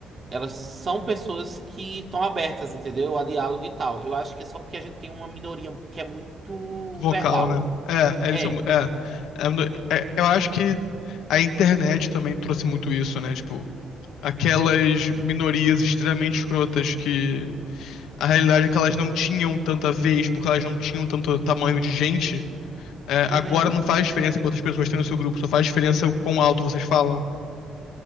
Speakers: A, on the right; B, on the left.
A: Elas são pessoas que estão abertas, entendeu? A diálogo e tal. Eu acho que é só porque a gente tem uma minoria que é muito
B: vocal,
A: verbal.
B: né? É, é, eles
A: É.
B: são. É, é, é, eu acho que a internet também trouxe muito isso, né? Tipo, aquelas minorias extremamente escrotas que a realidade é que elas não tinham tanta vez, porque elas não tinham tanto tamanho de gente, é,
A: Uhum.
B: agora não faz diferença quantas pessoas tem no seu grupo, só faz diferença o quão alto vocês falam.